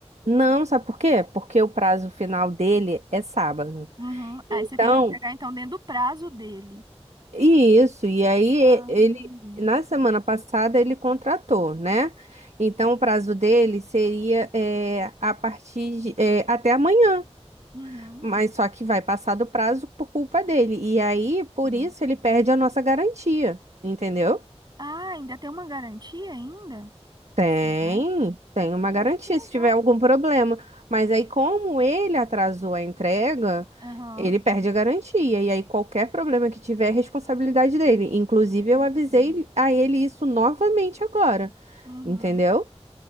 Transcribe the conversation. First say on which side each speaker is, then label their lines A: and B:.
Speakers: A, on the right; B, on the right.
A: Não, sabe por quê? Porque o prazo final dele é sábado.
B: Uhum. Aí
A: Então,
B: você tem que entregar, então, dentro do prazo dele.
A: e isso, e aí
B: Ah,
A: e- ele,
B: entendi.
A: na semana passada, ele contratou, né? Então, o prazo dele seria é, a partir de, é, até amanhã,
B: Uhum.
A: mas só que vai passar do prazo por culpa dele. E aí, por
B: Hum.
A: isso, ele perde a nossa garantia, entendeu?
B: Ah, ainda tem uma garantia ainda?
A: Tem,
B: Que legal.
A: tem uma
B: Ah,
A: garantia
B: que legal.
A: se tiver algum problema. Mas aí, como ele atrasou a entrega,
B: Aham.
A: ele perde a garantia. E aí, qualquer problema que tiver é responsabilidade dele. Inclusive,
B: Entendi.
A: eu avisei a ele isso novamente agora.
B: Uhum.
A: Entendeu?